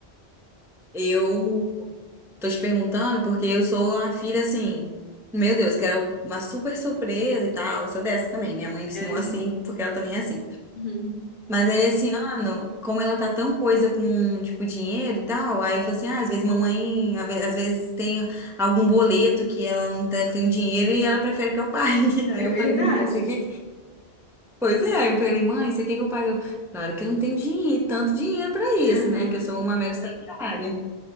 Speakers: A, in the centre; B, on the left (about 55°).
A: Eu tô te perguntando porque eu sou a filha assim, meu Deus, quero uma super surpresa e tal. Eu sou dessa também. Minha mãe me ensinou
B: É,
A: assim, porque ela também é assim.
B: Uhum.
A: Mas aí esse ano, como ela tá tão coisa com, tipo, dinheiro e tal, aí eu falei assim: ah, às vezes mamãe, às ve- às vezes tem algum boleto que ela não tá- tem dinheiro e ela prefere que eu pague. <laughs> Aí
B: é
A: eu
B: verdade.
A: falei, mãe, você quer Pois é, aí eu falei, mãe, você quer que eu pague? Eu, Claro que eu não tenho dinheiro, tanto dinheiro pra isso,
B: Aham,
A: né? Que eu sou uma mera estagiária.